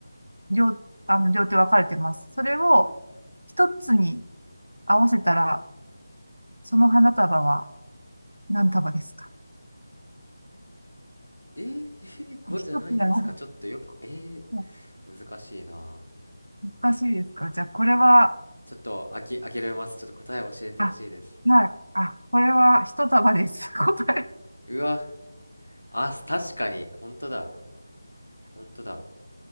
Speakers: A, on the right; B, on the left.
A: 両、あの、両手分かれてます。それを一つに合わせたら、その花束は何束ですか
B: えー、<laughs> 5じゃないんですかちょっとよく、
A: 一つだよ
B: えー、
A: うん
B: 難しいな
A: 難しいですかじゃあ、これは、
B: ちょっと、あき、諦めます。ちょっと答え教えてほしいです。
A: あ、はい、あ、これは一束です。<laughs> 答え。
B: うわ、あ、確かに。本当だ。本当だ。